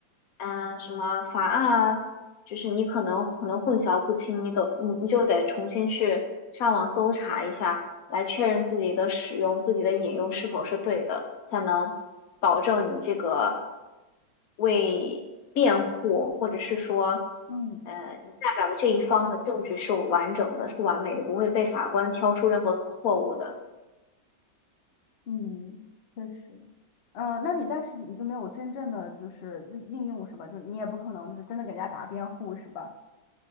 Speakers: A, on the left (about 60°); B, on the left (about 80°).
A: 嗯、呃什么法案啊，就是你可能可能混淆不清，你都你你就得重新去上网搜查一下。来确认自己的使用、自己的引用是否是对的，才能保证你这个为辩护，或者是说，
B: 嗯
A: 呃，你代表的这一方的证据是完整的、是完美的，不会被法官挑出任何错误的。
B: 嗯，确实。呃，那你但是你就没有真正的就是应用是吧？就是你也不可能就是真的给人家打辩护是吧？